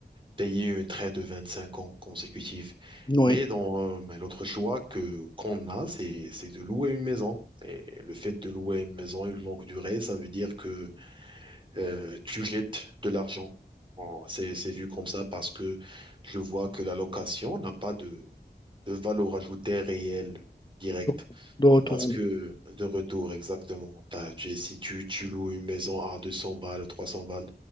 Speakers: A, on the right (about 25°); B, on the left (about 25°).
A: payer une traite de 25 ans consécutifs.
B: Oui.
A: Mais dans, euh, mais l'autre choix que qu'on a, c'est c'est de louer une maison. Et le fait de louer une maison une longue durée, ça veut dire que euh, tu jettes de l'argent. En- C'est c'est vu comme ça parce que je vois que la location n'a pas de, de valeur ajoutée réelle directe.
B: Donc, De retour.
A: Parce
B: Oui,
A: que de retour, exactement. T'as- tu, si tu, tu loues une maison à 200 balles, 300 balles,